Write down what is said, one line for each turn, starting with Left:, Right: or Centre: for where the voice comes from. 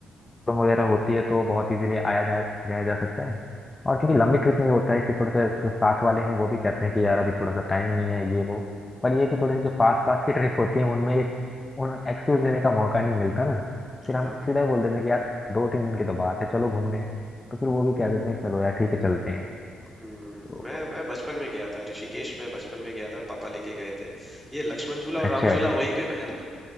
Left: वगैरह होती है तो बहुत इजीली आया जा जाया जा सकता है और क्योंकि लंबी ट्रिप में ये होता है कि थोड़े से जो साथ वाले हैं वो भी कहते हैं कि यार अभी थोड़ा सा टाइम नहीं है ये वो पर ये है कि थोड़ी सी जो पास पास की <laughs> ट्रिप होती है उनमें एक उन एक्सक्यूज देने का मौका नहीं मिलता ना फिर हम
Centre: हाँ
Left: सीधा ही
Centre: हाँ
Left: बोल देते हैं कि यार दो तीन दिन की तो बात है चलो घूमने तो फिर वो भी कह देते हैं चलो यार ठीक है चलते हैं
Centre: हम्म,
Left: तो
Centre: हम्म, मैं मैं बचपन में गया था ऋषिकेश में बचपन में गया था पापा लेके गए थे ये लक्ष्मण झूला और
Left: अच्छा
Centre: राम झूला
Left: अच्छा
Centre: वहीं पे है ना